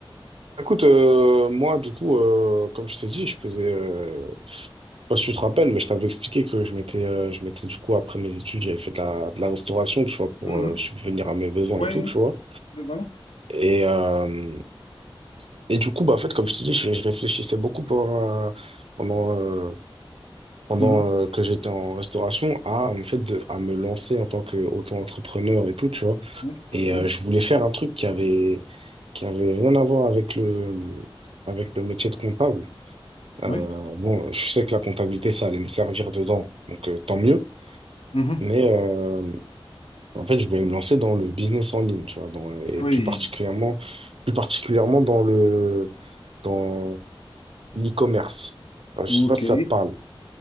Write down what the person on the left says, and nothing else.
Mhm.
Ouais,
ouais, voilà.
Mhm.
Oui,
oui,
oui.
Mhm.
Oui.
Ok.